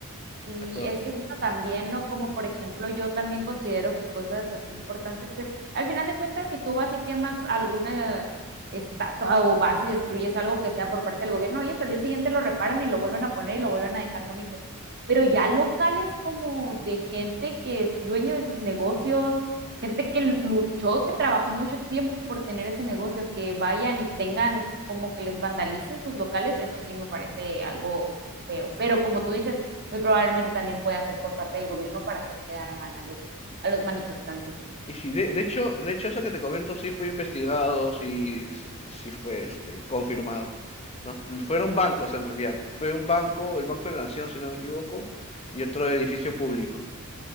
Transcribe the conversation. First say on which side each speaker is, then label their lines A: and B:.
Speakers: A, on the right; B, on the left.
A: Sí,
B: a todas.
A: es que es eso también, ¿no? Como por ejemplo, yo también considero que cosas así importantes, pues al final de cuentas, si tú vas y quemas alguna estatua o vas y destruyes algo que sea por parte del gobierno, ellos al día siguiente lo reparan y lo vuelven a poner y lo vuelven a dejar bonito. Pero ya locales como de gente que es dueño de sus negocios, gente que luchó, que trabajó mucho tiempo por tener ese negocio, que vayan y tengan como que les vandalicen sus locales, eso sí me parece algo feo. Pero como tú dices, muy probablemente también puede hacer por parte del gobierno para hacer quedar mal a los, a los manifestantes.
B: Y sí, de, de hecho, de hecho eso que te comento sí fue investigado, sí, sí fue este, confirmado, ¿no? Fueron bancos en realidad. Fue un banco, el Banco de la Nación, si no me equivoco, y otro edificio público,